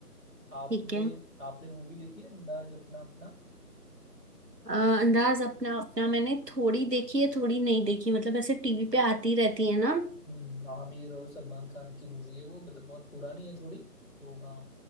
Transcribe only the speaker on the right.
ठीक है
अ, अंदाज अपना अपना मैंने थोड़ी देखी है थोड़ी नहीं देखी मतलब ऐसे टीवी पे आती रहती है ना